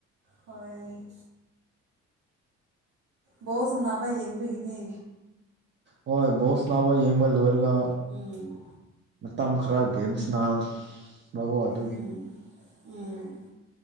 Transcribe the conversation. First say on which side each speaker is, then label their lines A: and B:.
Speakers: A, on the right; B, on the right.
A: ꯍꯣꯏ ꯕꯣꯁ ꯅꯥꯕ ꯌꯦꯡꯕꯤꯒꯤꯅꯤ
B: ꯍꯣꯢ ꯕꯣꯁꯅ ꯑꯝ ꯌꯦꯡꯕꯣ ꯂꯣꯢꯔꯒ
A: ꯎꯝ
B: ꯃꯇꯝ ꯈꯔ ꯒꯦꯝ ꯁꯅꯕ <unintelligible>
A: ꯎꯝ ꯎꯝ